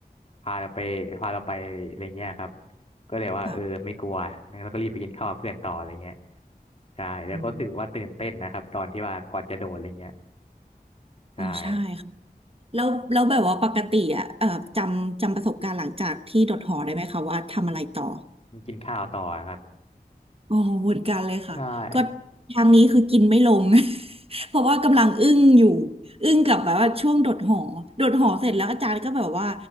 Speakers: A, on the left; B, on the right.
A: พาเราไปพาเราไปอะไรเงี้ยครับก็เลยว่าเออไม่กลัวแล้วก็รีบไปกินข้าวกับเพื่อนต่ออะไรเงี้ย
B: ค่ะ
A: ใช่แล้วก็รู้สึกว่าตื่นเต้นนะครับตอนที่ว่าก่อนจะโดดอะไรเงี้ย
B: อืม
A: ใช่
B: อ๋อใช่ค่ะแล้วแล้วแบบว่าปกติอ่ะเอ่อจำจำประสบการณ์หลังจากที่โดดหอได้ไหมคะว่าทำอะไรต่อ
A: กินข้าวต่อครับ
B: อ๋อเหมือนกันเลยค่ะ
A: ใช่
B: ก็ทางนี้คือกินไม่ลง <laughs> เพราะว่ากำลังอึ้งอยู่ อึ้งกับแบบว่าช่วงโดดหอโดดหอเสร็จแล้วอาจารย์ก็แบบว่า